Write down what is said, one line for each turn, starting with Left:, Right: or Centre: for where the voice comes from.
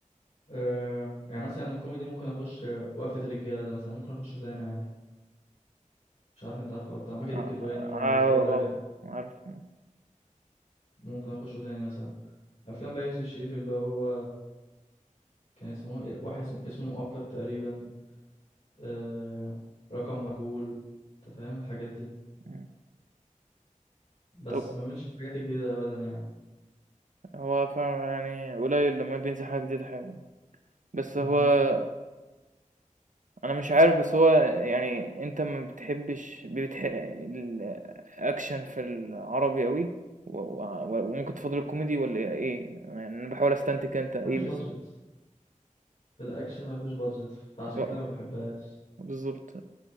Left: أه يعني مثلا الكوميدي ممكن اخش وقفه الرجاله ده مثلا ممكن اخشه تاني عادي مش عارف انت عارفه ولا بتاع ماجد
Right: ع-
Left: الكدواني
Right: ع-
Left: وسيد رجب
Right: عارف
Left: ممكن اخشه تاني مثلا افلام بقى يوسف الشريف اللي هو كان اسمه إيه؟ واحد اسمه اسمه مؤقت تقريبا أه رقم مجهول انت فاهم الحاجات دي
Right: مم.
Left: بس
Right: طب
Left: ما ملش الحاجات الجديدة ابدا يعني
Right: هو فعلا يعني قليل لما بينزل حاجة جديدة حلوة بس
Left: مم.
Right: هو انا مش عارف بس هو يعني انت ما بتحبش بتح... الاكشن في العربي قوي و... و... وممكن تفضل الكوميدي ولا ايه يعني انا بحاول استنتج انت ايه
Left: مفيش بادجت
Right: بس...
Left: في الاكشن مفيش بادجت فعشان
Right: و-
Left: كده ما بحبهاش
Right: بالظبط